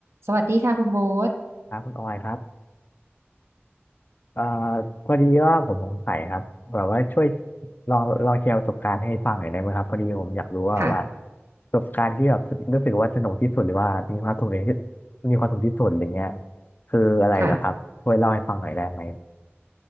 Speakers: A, on the right; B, on the left.
A: สวัสดีค่ะคุณโบ๊ท
B: ครับคุณออยครับเอ่อพอดีว่าผมสงสัยครับแบบว่าช่วยลองลองแชร์ประสบการณ์ให้ฟังหน่อยได้ไหมครับพอดีผมอยากรู้ว่าแบบว่า
A: ค่ะ
B: ประสบการณ์ที่แบบรู้สึกว่าสนุกที่สุดหรือว่ามีความสุขในที่มีความสุขที่สุดอะไรเงี้ยคืออะไรเหรอครับช่วยเล่าให้ฟังหน่อยได้ไหม
A: ค่ะ